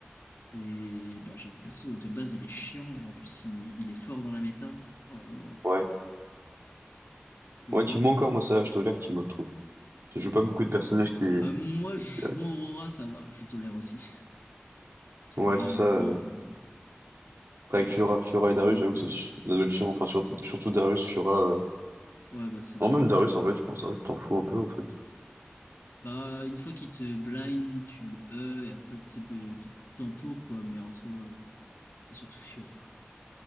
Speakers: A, on the left; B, on the right.
A: Et bah, genre, le perso de base, il est chiant, et en plus, il, il est fort dans la méta. Oh là là, pff,
B: Ouais.
A: quelle
B: Ouais,
A: horreur.
B: Timo encore,
A: hein.
B: moi, ça, je tolère Timo, je trouve. Je joue pas beaucoup de personnages qui...
A: Bah, moi, jouant
B: qui- euh,
A: Aurora, ça va, je tolère aussi. <laughs>
B: Ouais,
A: En vrai,
B: c'est
A: honnêtement,
B: ça. euh.
A: euh,
B: Après,
A: le-
B: Avec
A: pff,
B: Fiora, Fiora
A: ça
B: et Darius,
A: va
B: j'avoue
A: quoi.
B: que c'est chi- ça doit être chiant. Enfin, sur- surtout Darius, Fiora... euh.
A: Ouais, bah, c'est injouable.
B: Non, même Darius, en fait,
A: ouais.
B: je pense. Darius, tu t'en fous un peu, en fait.
A: Bah, une fois qu'il te blind, tu le E, et après, c'est de, de tempo quoi, mais en soi, euh, c'est surtout Fiora.